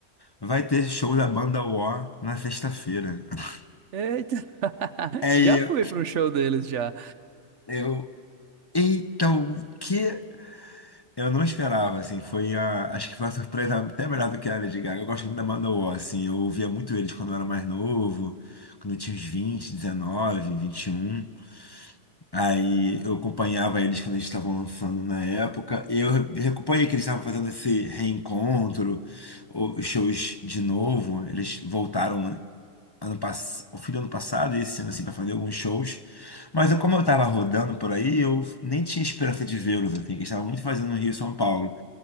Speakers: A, on the left; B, on the right.
A: Vai ter show da banda War na sexta-feira. <laughs>
B: Eita! <laughs>
A: É,
B: Já fui para um show deles já.
A: eu, Eita, o que eu não esperava, assim, foi a... Acho que foi uma surpresa até melhor do que a Lady Gaga. Eu gosto muito da banda War, assim, eu ouvia muito eles quando eu era mais novo, quando eu tinha uns vinte dezenove, vinte e um Aí eu acompanhava eles quando eles estavam lançando na época. E eu re- acompanhei que eles estavam fazendo esse reencontro, o- os shows de novo. Eles voltaram ano pass... o fim do ano passado, esse ano assim, pra fazer alguns shows. Mas eu, como eu tava rodando por aí, eu nem tinha esperança de vê-los, assim, que eles estavam muito fazendo no Rio e São Paulo.